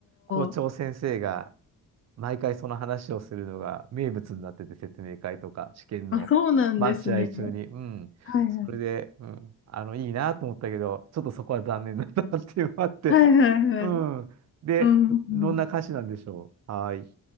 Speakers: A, on the right (about 50°); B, on the left (about 40°).
A: 校長先生が
B: ー、
A: 毎回その話をするのが名物になってて、説明会とか試験の待合中に、
B: あ、そうなんですね。
A: うん、
B: はい、
A: それで、
B: はい。
A: うん、あの、いいなと思ったけど、ちょっとそこは残念だったなっていうのがあって、
B: はい、はい、はい。
A: うん。で、
B: うん、うん。
A: どんな歌詞なんでしょう。はーい。